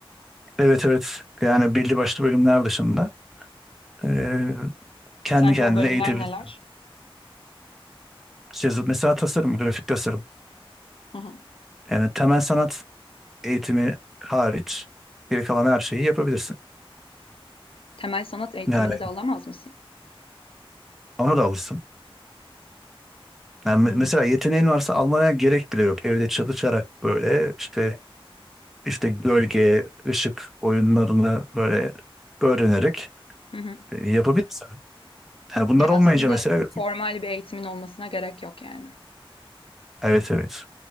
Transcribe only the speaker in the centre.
evet evet. Yani belli başlı bölümler dışında eee, kendi
kendine
eğitebilirsin.
Şey, mesela tasarım, grafik tasarım.
Yani temel sanat eğitimi hariç geri kalan her şeyi yapabilirsin.
Yani
ona da alırsın. Yani me-
mesela yeteneğin varsa almaya gerek bile yok. Evde çalışarak böyle işte işte gölge, ışık oyunlarını böyle öğrenerek
e, yapabilirsin. Yani bunlar
olmayınca mesela grafik-
Evet evet.